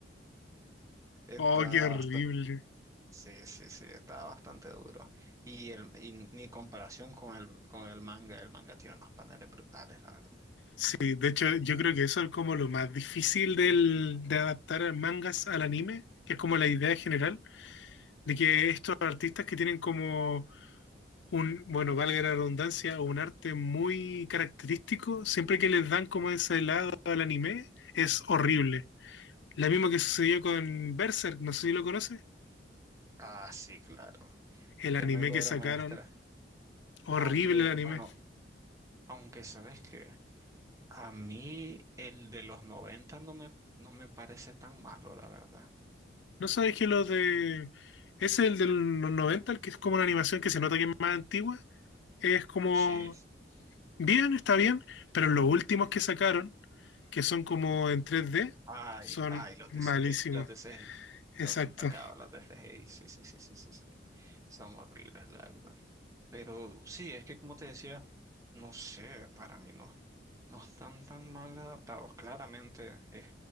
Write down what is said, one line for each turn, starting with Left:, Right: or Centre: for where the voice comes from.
Right: Está
Left: Oh, qué horrible.
Right: Sí, sí, sí, está bastante duro. Y, el, y ni comparación con el, con el manga, el manga tiene unos paneles brutales, la verdad.
Left: Sí, de hecho, yo creo que eso es como lo más difícil del, de adaptar a mangas al anime, que es como la idea general, de que estos artistas que tienen como un, bueno, valga la redundancia, un arte muy característico, siempre que les dan como ese lado al anime, es horrible. La misma que sucedió con Berserk, no sé si lo conoces,
Right: Ah, sí, claro.
Left: el
Right: Tremendo
Left: anime que
Right: obra
Left: sacaron,
Right: maestra.
Left: horrible
Right: Aunque,
Left: el anime.
Right: bueno, aunque sabes que a mí el de los 90 no me, no me parece tan malo, la verdad.
Left: No sabes que los de. Ese es el de los 90, el que es como una animación que se nota que es más antigua. Es como.
Right: Sí.
Left: Bien, está bien, pero los últimos que sacaron, que son como en tres d
Right: Ay,
Left: son
Right: ay, los
Left: malísimos.
Right: de CGI, los de CGI. Son
Left: Exacto,
Right: un pecado los de CGI, sí, sí, sí, sí, sí, sí. Son horribles, la verdad. Pero sí, es que como te decía, no sé, para mí no, No están tan mal adaptados. Claramente es,